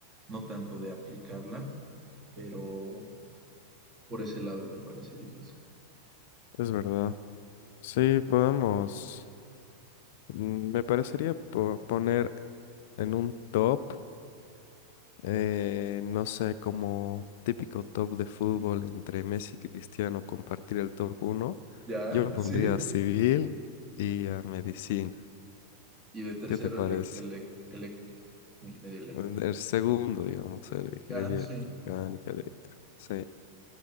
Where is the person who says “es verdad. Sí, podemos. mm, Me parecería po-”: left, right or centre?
Left